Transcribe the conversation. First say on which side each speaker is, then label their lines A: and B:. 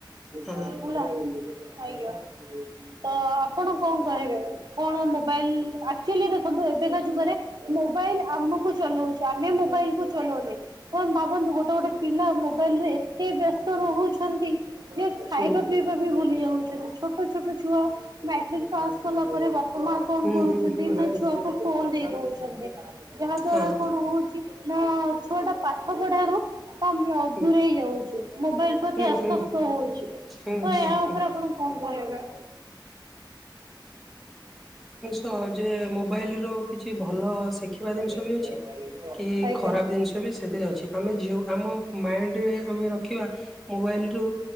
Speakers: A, on the right; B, in the centre.
A: <unintelligible>
B: ହଁ
A: <unintelligible> ତ ଆପଣ କଣ କହିବେ? କଣ ମୋବାଇଲ ଆକ୍ଚୁଆଲି ଦେଖନ୍ତୁ ଏବେକା ଯୁଗରେ ମୋ ମୋବାଇଲ୍ ଆମକୁ ଚଲଉଚି ଆମେ ମୋବାଇଲ୍ କୁ ଚଲଉନେ। କଣ ଭାବନ୍ତୁ ଗୋ ଗୋଟେ ଗୋଟେ ପିଲା ମୋବାଇଲ୍ ରେ ଏତେ ବ୍ୟସ୍ତ ରହୁଛନ୍ତି ଯେ ଖାଇବା
B: ହୁଁ
A: ପିଇବା ବି ଭୁଲ ଭୁଲି ଯାଉଛନ୍ତି। ଛୋଟ ଛୋଟ ଛୁଆ ମ୍ୟାଟ୍ରିକ ପାସ୍ କଲା ପରେ ବା ମା କଣ
B: ହୁଁ
A: କରୁଛନ୍ତି
B: ହୁଁ ହୁଁ
A: ନା
B: ହୁଁ
A: ଛୁଆକୁ ଫୋନ୍ ଦେଇ ଦଉଛନ୍ତି। ଯାହା ଦ୍ଵାରା
B: ହଁ
A: କଣ ହଉଚି ନା ଛୁଆଟା ପାଠ ପଢାରୁ
B: ହୁଁ
A: ଦୂରେଇ ଯାଉଚି। ମୋବାଇଲ ପ୍ରତି
B: ହୁଁ
A: ଆସକ୍ତ
B: ହୁଁ ହୁଁ
A: ହଉଚି।
B: ହୁଁ
A: ତ
B: ହୁଁ
A: ଏହା ଉପରେ ଆପଣ କଣ କହିବେ?
B: ତ ଯେ ମୋବାଇଲ୍ ରୁ କିଛି ଭଲ ଶିଖିବା
A: ଆଜ୍ଞା।
B: ଜିନିଷ ବି ଅଛି। କି ଖରାପ
A: ଆଜ୍ଞା
B: ଜିନିଷ ସେଥିରେ ଅଛି। ଆମେ ଯଉ ଆମ ମାଇଣ୍ଡରେ ଆମେ ରଖିବା, ମୋବାଇଲ ରୁ